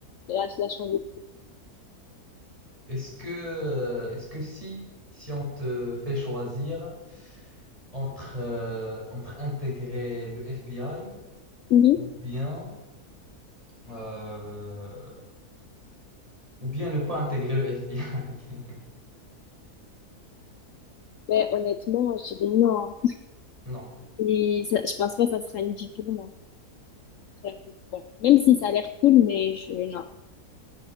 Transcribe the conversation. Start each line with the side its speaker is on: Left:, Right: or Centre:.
Left: la, la chance de...
Right: Est-ce que, est-ce que si, si on te fait choisir entre, euh, entre intégrer le FBI
Left: Oui,
Right: ou bien, euh, ou bien ne pas intégrer le FBI? <laughs>
Left: mais honnêtement, je dirais non.
Right: Non,
Left: Et ça- je pense pas que ça sera une vie pour moi. J'avoue, ouais. Même si ça a l'air cool, mais je... Non.